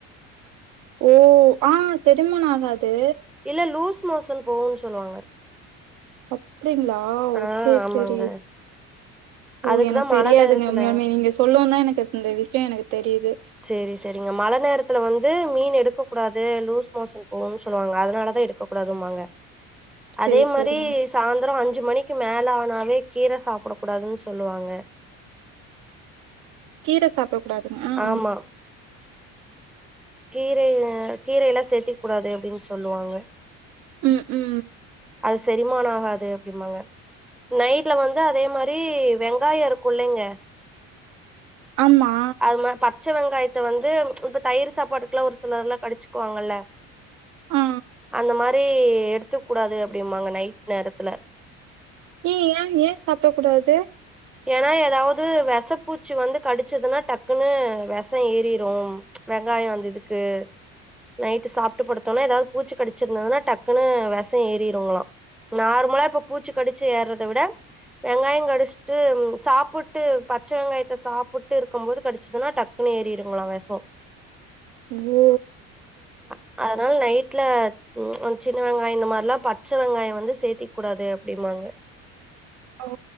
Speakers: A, on the right (about 70°); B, in the centre.
A: ஓ ஆ செரிமானம் ஆகாது
B: இல்ல லூஸ் மோசன் போகுன்னு சொல்லுவாங்க
A: அப்டிங்ளா ஓ
B: ஆ
A: சேரி
B: ஆமாங்க
A: சேரி ஓ
B: அதுக்குதா
A: எனக்கு தெரியாதுங்க
B: மழ நேரத்துல
A: உண்மையாலுமே நீங்க சொல்லவுந்தா எனக்கு இந்த விஷய எனக்கு தெரியுது
B: சேரி சேரிங்க மழ நேரத்துல வந்து மீன் எடுக்க கூடாது லூஸ் மோசன் போவும்னு சொல்லுவாங்க அதனாலதா எடுக்க கூடாதும்பாங்க
A: சேரி
B: அதே மாரி
A: சேரிங்க
B: சாயந்தரோ அஞ்சு மணிக்கு மேல ஆனாவே கீர சாப்ட கூடாதுன்னு சொல்லுவாங்க
A: கீர சாப்டக்கூடாதுனு ஆ,
B: ஆமா
A: ஆ
B: கீரை அ கீரை எல்லா சேத்துக்கூடாது அப்டின்னு சொல்லுவாங்க
A: ம், ம்
B: அது செரிமான ஆகாது அப்டிம்பாங்க நைட்ல வந்து அதே மாரி வெங்காய இருக்கு இல்லைங்க
A: ஆமா
B: நம்ம பச்ச வெங்காயத்த வந்து இப்ப தயிர் சாப்பாட்டுக்கெல்லா ஒரு சிலர்ல்லா கடிச்சிக்குவாங்கல்ல
A: ஆ
B: அந்த மாரி எடுத்துக்கூடாது அப்டிம்பாங்க நைட் நேரத்துல
A: ஏ ஏன் ஏ சாப்ட கூடாது
B: ஏனா எதாவது வெசப்பூச்சி வந்து கடிச்சிதுன்னா டக்குன்னு வெஷம் ஏறிரும் வெங்காயம் வந்து இதுக்கு நைட்டு சாப்ட்டு படுத்தொன்னே எதாவது பூச்சி கடிச்சதுன்னால டக்குன்னு வெஷம் ஏறிருங்களா நார்மலா இப்ப பூச்சி கடிச்சி ஏறத விட வெங்காயம் கடிச்சிட்டு சாப்புட்டு பச்ச வெங்காயத்த சாப்புட்டு இருக்கமோது கடிச்சிதுன்னா டக் குனு ஏறிருங்களா வெஷோ
A: ஐயோ
B: அ அதனால நைட்ல ம் சின்ன வெங்காயம் இந்த மாரிலாம் பச்ச வெங்காயம் வந்து சேத்திக்கூடாது அப்டிம்பாங்க
A: ஓ